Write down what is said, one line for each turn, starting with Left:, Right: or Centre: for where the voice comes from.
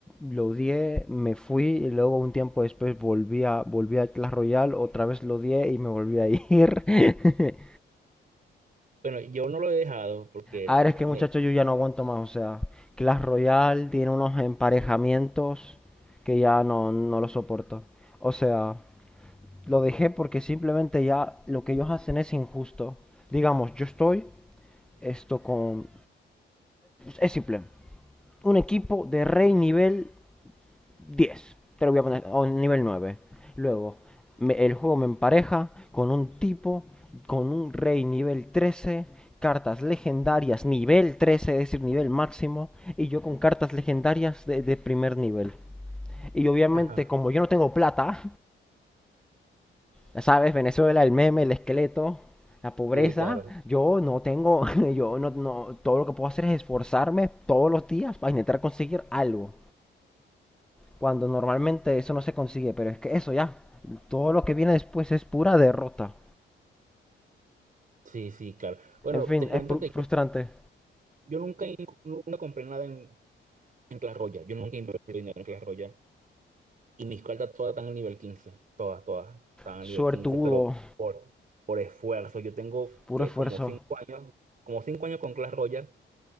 Centre: lo odié, me fui y luego un tiempo después volví a, volví a Clash Royale, otra vez lo odié y me volví a ir. <laughs>
Right: Bueno, yo no lo he dejado porque
Centre: A ver, es que
Right: me...
Centre: muchachos yo ya no aguanto más, o sea, Clash Royale tiene unos emparejamientos que ya no, no lo soporto. O sea, Lo dejé porque simplemente ya lo que ellos hacen es injusto. Digamos, yo estoy esto con... Es simple. Un equipo de rey nivel diez Te lo voy a poner. O nivel nueve Luego, me- el juego me empareja con un tipo, con un rey nivel trece Cartas legendarias nivel trece es decir, nivel máximo. Y yo con cartas legendarias de, de primer nivel. Y obviamente,
Right: Ajá,
Centre: como yo no tengo plata, Ya sabes, Venezuela, el meme, el esqueleto, la pobreza.
Right: Sí, claro.
Centre: Yo no tengo, <laughs> yo no, no, todo lo que puedo hacer es esforzarme todos los días para intentar conseguir algo. Cuando normalmente eso no se consigue, pero es que eso ya, todo lo que viene después es pura derrota.
Right: Sí, sí, claro. Bueno,
Centre: En fin,
Right: te cuento
Centre: es pru-
Right: que
Centre: frustrante,
Right: yo, yo nunca, in- nunca compré nada en, en Clash Royale. Yo nunca invertí dinero en Clash Royale. Y mis cartas todas están al nivel 15, Todas, todas están
Centre: suertudo,
Right: al nivel quince. pero por, por esfuerzo. Yo tengo,
Centre: puro
Right: ¿qué?
Centre: esfuerzo.
Right: Como cinco años, como cinco años con Clash Royale.